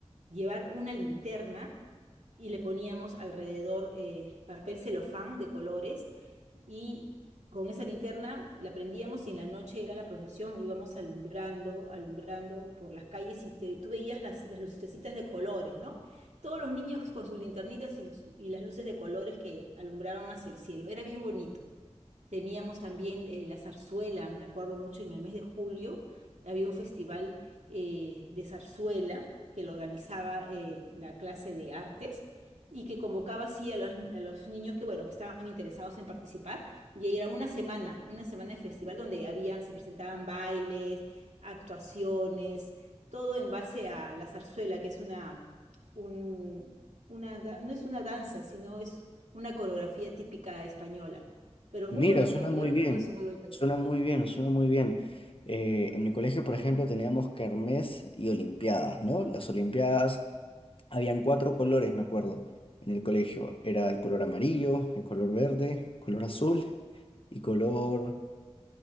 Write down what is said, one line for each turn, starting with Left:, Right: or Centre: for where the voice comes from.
Right: llevar una linterna y le poníamos alrededor eh, papel celofán de colores y con esa linterna la prendíamos y en la noche era la procesión, íbamos alumbrando, alumbrando por las calles y te- tú veías las, las lucecitas de colores, ¿no? Todos los niños con sus linternitas y, y las luces de colores que alumbraban hacia el cielo, era bien bonito. Teníamos también eh, la zarzuela, me acuerdo mucho, en el mes de julio había un festival eh, de zarzuela que lo organizaba eh, la clase de artes y que convocaba así a los, a los niños que, bueno, que estaban interesados en participar. Y ahí era una semana, una semana de festival donde había, se presentaban bailes, actuaciones, todo en base a la zarzuela, que es una, un- una, da- no es una danza, sino es una coreografía típica española pero
Left: Mira,
Right: muy bonito,
Left: suena muy
Right: yo recuerdo
Left: bien,
Right: eso muy bonito.
Left: suena muy bien, suena muy bien. Eh, en mi colegio, por ejemplo, teníamos kermés y olimpiadas, ¿no? Las olimpiadas, habían cuatro colores, me acuerdo, en el colegio. Era el color amarillo, el color verde, color azul y color